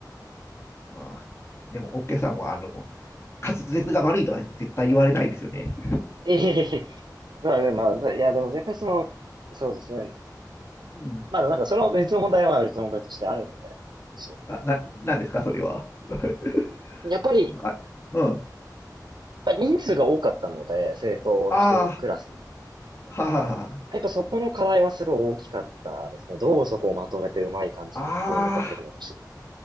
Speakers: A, on the left (about 35°); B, on the right (about 80°).
A: まあ、でも、オッケーさんは、あの、滑舌が悪いとは絶対言われないですよね。
B: いえいえいえまあでも、まあいやでも絶対その、そうですね。
A: うん。
B: まあなんかその別の問題は別の問題としてあるので、教える
A: あ、な、なんですか、それは。<laughs>
B: やっぱり、
A: あ、うん。
B: まあ人数が多かったので、政党の一クラスも。
A: ああ、ははは。
B: やっぱそこの課題はすごい大きかったですね。どうそこをまとめてうまい感じに全員の学力伸ばしていく。
A: ああ、